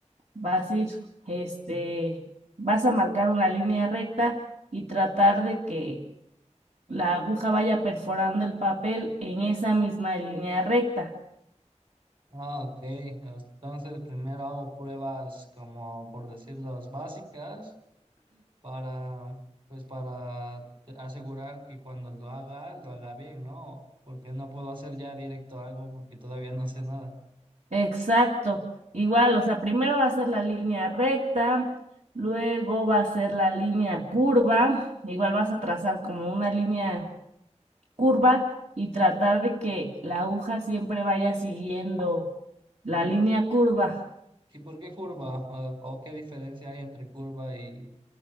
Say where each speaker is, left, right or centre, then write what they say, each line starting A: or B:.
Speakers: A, on the right (about 65°); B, on the right (about 40°).
A: vas a ir, este, vas a marcar una línea recta y tratar de que la aguja vaya perforando el papel en esa misma línea recta.
B: Ah, ok, entonces primero hago pruebas como por decirlas básicas. para, pues para asegurar que cuando lo haga, lo haga bien, ¿no? Porque no puedo hacer ya directo algo porque todavía no sé nada.
A: Exacto, igual, o sea, primero va a ser la línea recta, luego va a ser la línea curva, igual vas a trazar como una línea curva y tratar de que la aguja siempre vaya siguiendo la
B: ¿Y,
A: línea curva.
B: y por qué curva? ¿O, o qué diferencia hay entre curva y...?